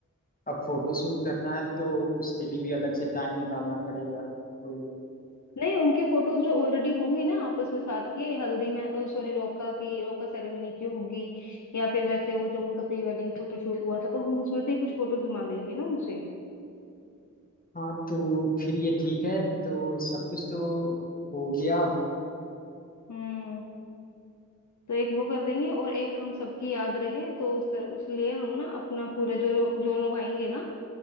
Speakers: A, on the left; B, on the left.
A: अब फोटो शूट करना है तो उसके लिए भी अलग से टाइम निकालना पड़ेगा तो
B: नहीं उनके फोटोज जो ऑलरेडी होंगी ना आपस में साथ के हल्दी में सॉरी रोका की रोका सेरेमनी की होगी या फिर वैसे वो जो उनका प्री वेडिंग फोटोशूट हुआ था तो हम उसमें से ही कुछ फोटोज मांग लेंगे ना उनसे
A: हाँ तो फिर ये ठीक है तो सब कुछ तो हो गया
B: हम्म तो एक वो कर देंगे और एक हम सबकी याद रहे तो उस तरह उस लिए हम ना अपना पूरे जो लोग जो लोग आएंगे ना